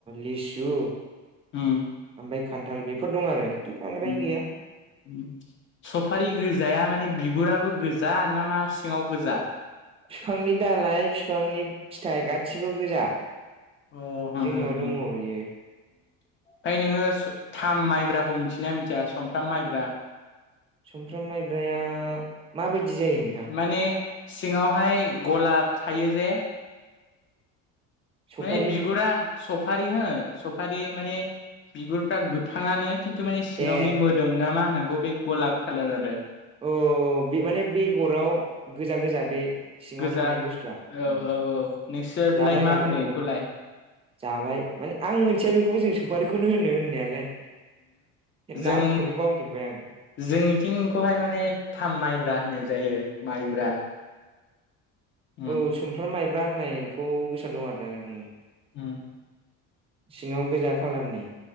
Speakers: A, on the right; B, on the left.
A: लिसु
B: उम
A: ओमफाय खान्थाल बेफोर दं आरो बांद्राय
B: उम
A: गैया
B: सफारि गोजाया माने बि गुराबो गोजा ना मा सिङाव गोजा
A: फिफांनि दालाइ फिफांनि फिथाइ गासिबो गोजा
B: अ हा
A: जोंनाव
B: हो हो
A: दङ
B: उम
A: बियो
B: फाय नोङो स थाम माइब्राखौ मिथिनाया मिथिया समफ्राम माइब्रा
A: सुमफ्राम माइब्राया माबायदि जायो नोंथां
B: माने सिङावहाय गलाब थायो जे
A: सफारि
B: माने बिगुरा
A: उम
B: सफारि हो सफारि माने बिगुरफ्रा गोथांङानो किन्थु माने सिङावनि
A: ए
B: मोदोम ना मा होनांगौ बे गलाब खालार आरो
A: औ औ बे माने बेगराव गोजा गोजा बे सिङाव
B: गोजा
A: थानाय बुस्थुआ उ
B: औ औ औ नोंसोरलाय
A: जाबाय
B: मा
A: जाबाय
B: होनो बेखौलाय
A: औ जाबाय माने आं मोनथिया बेखौबो जों सफारिखौनो होनो होननायालाय
B: जों
A: नामखौनो बावजोबबाय आं
B: जोंनिथिंखौहाय माने थाम माइब्रा होनाय जायो माइब्रा
A: उम
B: उम
A: औ सफ्राम माइ खुमब्रा होननायखौ गोसोआव दं आरोना जों
B: हु
A: सिङाव गोजा खालारनि